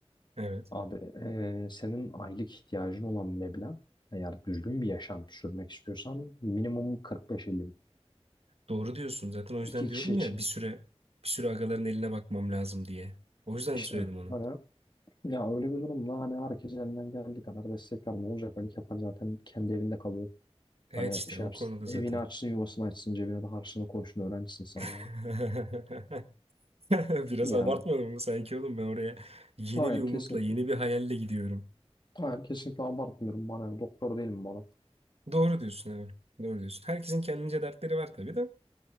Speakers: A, on the right; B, on the left.
A: Evet.
B: Abi e, senin aylık ihtiyacın olan meblağ eğer düzgün bir yaşam sürmek istiyorsan minimum 45-50 bin.
A: Doğru diyorsun. Zaten o yüzden
B: İki
A: diyorum
B: kişi için.
A: ya bir süre bir süre agaların eline bakmam lazım diye. O yüzden
B: İşte
A: söyledim onu.
B: hani Ya öyle bir durumda hani herkes elinden geldiği kadar destekler ne olacak? Ali Kemal zaten kendi evinde kalıyor.
A: Evet
B: Hani
A: işte
B: şey
A: o
B: yapsın,
A: konuda
B: evini
A: zaten.
B: açsın, yuvasını açsın, cebine de harçlığını koysun, öğrencisin sen
A: <laughs>
B: ya.
A: Biraz
B: Yani
A: abartmadım mı sanki oğlum ben oraya yeni
B: hayır
A: bir umutla,
B: kesinlikle,
A: yeni bir hayalle gidiyorum.
B: hayır kesinlikle abartmıyorum bana, yani doktor değilim bana.
A: Doğru diyorsun evet. Doğru diyorsun. Herkesin kendince dertleri var tabii de.